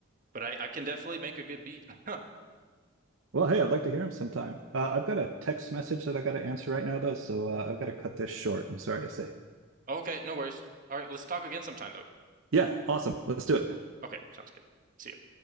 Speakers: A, on the right (about 40°); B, on the right (about 65°).
A: But I I can definitely make a good beat. <laughs>
B: Well, hey, I'd like to hear him sometime. Uh, I've got a text message that I got to answer right now, though, so uh, I've got to cut this short. I'm sorry to say.
A: Okay, no worries. All right, let's talk again sometime though.
B: Yeah, awesome. Let's do it.
A: Okay, sounds good. See ya.